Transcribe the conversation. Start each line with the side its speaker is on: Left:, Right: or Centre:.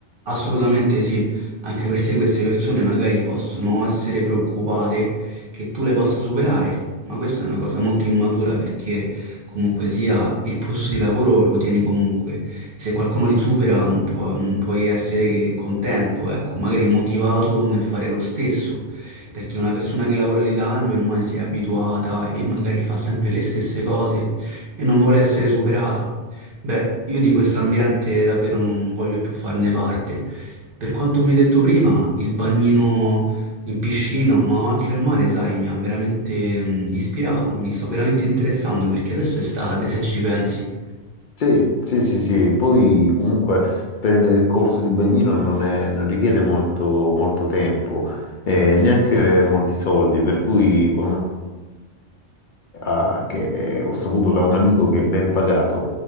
Right: Assolutamente sì, anche perché queste persone magari possono essere preoccupate che tu le possa superare, ma questa è una cosa molto immatura perché comunque sia il posto di lavoro lo tieni comunque e se qualcuno ti supera non può- non puoi essere che contento, ecco, magari motivato nel fare lo stesso, perché una persona che lavora lì da anni ormai si è abituata e magari fa sempre le stesse cose e non vuole essere superata. Beh, io di questo ambiente davvero non voglio più farne parte. Per quanto mi hai detto prima, il bagnino in piscina, ma anche al mare, sai, mi ha veramente mm, ispirato, mi sto veramente interessando perché adesso è estate, se ci pensi.
Left: Sì, sì, sì, sì. Poi comunque prendere il corso di bagnino non è- non richiede molto, molto tempo e neanche molti soldi, per cui con- un- ah, che, eh, ho saputo da un amico che è ben pagato,